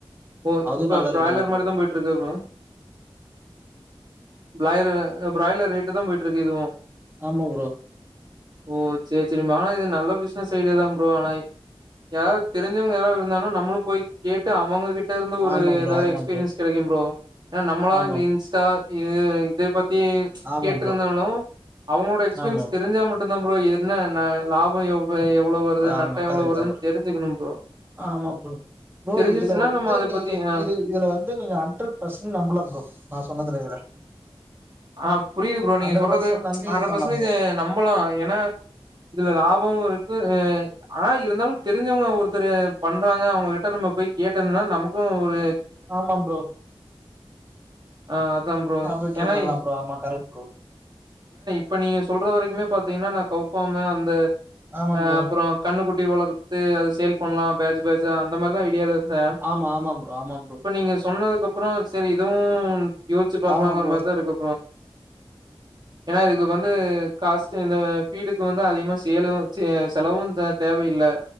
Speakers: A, on the right (about 50°); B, on the right (about 20°).
A: ஓ
B: அதுவு
A: இப்ப
B: நல்ல
A: பிராய்லர்
B: ரேட்டு தா ப்ரோ
A: மாரிதா போய்டுருக்கா ப்ரோ பிலாய்லர் பிராய்லர் ரேட்டு தா போயிட்டுருக்கு இதுவு
B: ஆமா ப்ரோ
A: ஓ சேரி சேரி மானா இது நல்ல பிஸ் இந்த சைடுதா ப்ரோ ஆனாய் யாராவது தெரிஞ்சவங்க யாராது இருந்தானா நம்மளும் போய் கேட்டு அவங்க கிட் ட்ட இருந்து ஒரு
B: ஆமா ப்ரோ
A: ஏதோ
B: ஆமா
A: எக்ஸ்பீரியன்ஸ்
B: ப்ரோ
A: கெடைக்கு ப்ரோ ஏனா நம்மளா
B: ஆமா
A: இந்த இன்ஸ்டா இ இதே பத் தி
B: ஆமா
A: கேட்ருந்தாலு
B: ப்ரோ
A: அவங்களோட எக்ஸ்பீரியன்ஸ்
B: ஆமா
A: தெரிஞ்சா மட் ட்டுந்தா ப்ரோ என்ன ந லாபம் எவ் அ எவ்ளவு வருது
B: ஆமா
A: நட்டோ எவ்ளவு
B: கரெக்ட்
A: வருதுன்னு
B: தா ப்ரோ
A: தெரிஞ்சுக்கணு ப்ரோ
B: ஆமா ப்ரோ ப்ரோ
A: தெரிஞ்சிருச்சுன்னா
B: இதுல வந்து
A: நம்ம அத
B: நீங்க
A: பத்தி ஆ
B: இது இதுல வந்து நீங்க ஹண்ட்ரட் பர்சன்ட் நம்பலா ப்ரோ நா சொன்னதுல இதுல
A: ஆ புரியுது ப்ரோ நீங்க
B: ஹண்ட்ரட்
A: சொல்றது
B: பர்சன்ட் நம்பி
A: ஹண்ட்ரட்
B: இது பண்ணலா
A: பர்சன்டேஜ்
B: ப்ரோ
A: நம்பலா ஏனா இதுல லா போ இருக்கு ஆனா இருந்தாலு தெரிஞ்சவங்க ஒருத்தரு பண்றாங்க அவங்ககிட்ட நம்ம போய் கேட்டனா நமக்கு ஒரு
B: ஆமாம் ப்ரோ
A: அ தா ப்ரோ
B: அப்டி ட்ரை
A: ஏனா
B: பண்ணலா ஆமா கரெக்ட் ப்ரோ
A: இப்ப நீங்க சொல்ற வரைக்குமே பாத்தீங்கன்னா நா கவுப்பாமதா வந்து
B: ஆமா
A: அ
B: ப்ரோ
A: அப்புறோ கண்ணுக்கு இவுளோ குத்து அது சேல் பண்லா பேஜ் பேஜா இந்த மாரிதா ஐடியால இருந்தே
B: ஆமா ஆமா ப்ரோ ஆமா ப்ரோ
A: இப்ப நீங்க சொன்ன அப்புறோ சரி இதுவு யோச்சு பாக்கலாங்கற
B: ஆமா ப்ரோ
A: மாரிதா இருக்கு ஏன்னா இதுக்கு வந்து காஸ்டு இந்த வீடுக்கு வந்து அதிகமா சேலு ச்சீ செலவு தே தேவையில்ல